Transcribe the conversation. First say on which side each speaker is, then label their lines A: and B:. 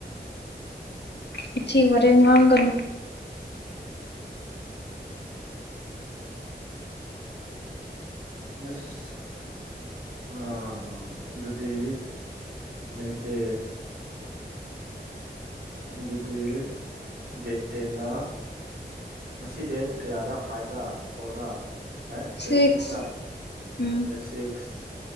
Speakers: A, on the left; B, on the right.
A: ꯋꯥꯊꯤ ꯋꯥꯔꯦꯝ ꯉꯥꯡꯒꯅꯨ
B: ꯑꯁ ꯑ ꯑꯗꯨꯗꯤ ꯅꯦꯛꯁ ꯗꯦ ꯑꯗꯨꯗꯤ ꯗꯦꯠ ꯇꯦꯟꯗ ꯉꯁꯤ ꯗꯦꯠ ꯀꯌꯥꯔ ꯐꯥꯏꯕꯔ ꯐꯣꯔꯔ ꯍꯥꯏ ꯗꯦꯠ
A: ꯁꯤꯛꯁ
B: ꯁꯤꯛꯁꯔ
A: ꯎꯝ
B: date six